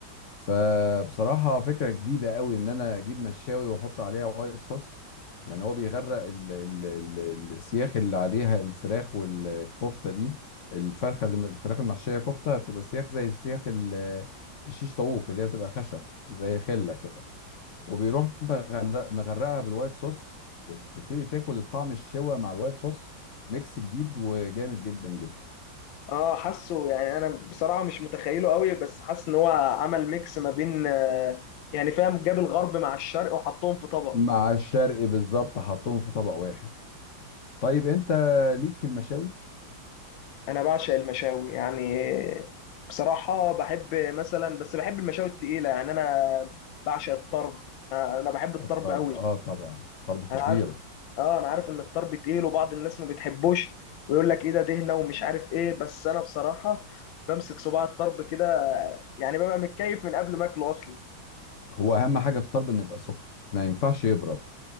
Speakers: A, on the left; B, on the left.
A: فبصراحة فكرة جديدة قوي ان انا اجيب مشاوي واحط عليها وايت صوص يعني هو بيغرق ال ال ال ال- السياخ اللي عليها الفراخ والكفتة دي الفرخة اللي الفراخ المحشية كفتة بتبقى سياخ زي السياخ ال- الشيش طاووق اللي هي بتبقى خشب زي خلة كده وبيروح مغرق- مغرقها بالوايت صوص وتبتدي تاكل الطعم الشوى مع الوايت صوص ميكس جديد وجامد جدا جدا
B: اه حاسه يعني انا بصراحة مش متخيله قوي بس حاسس ان هو عمل ميكس ما بين آه، يعني فاهم جاب الغرب مع الشرق وحطهم في طبق
A: مع الشرقي بالظبط حطهم في طبق واحد طيب انت ليك في المشاوي
B: انا بعشق المشاوي يعني بصراحه بحب مثلا بس بحب المشاوي التقيله يعني انا بعشق الطرب انا بحب الطرب
A: الطرب
B: قوي
A: اه طبعا الطرب خطير
B: انا عارف اه انا عارف ان الطرب تقيل وبعض الناس ما بتحبوش ويقول لك ايه ده دهنه ومش عارف ايه بس انا بصراحه بمسك صباع الطرب كده يعني ببقى متكيف من قبل ما اكله اصلا
A: هو اهم حاجه في الطرب انه يبقى سخن ما ينفعش يبرد